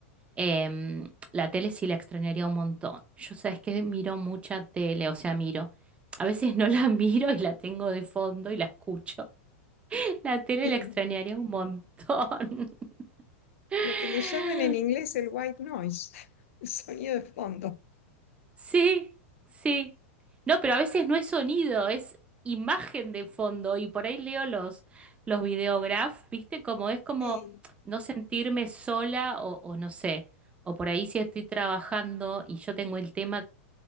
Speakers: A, on the right; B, on the left.
A: Em, la tele sí la extrañaría un montón. Yo sabes que miro mucha tele, o sea, miro. A veces no la <laughs> miro y la tengo de fondo y la escucho. La tele
B: Sí.
A: la extrañaría un montón. <laughs>
B: Lo que le llaman en inglés el white noise, <laughs> el sonido de fondo.
A: Sí, sí. No, pero a veces no es sonido, es imagen de fondo. Y por ahí leo los, los videograph, ¿viste? Como es como
B: Sí,
A: no sentirme sola o, o no sé. O por ahí si estoy trabajando y yo tengo el tema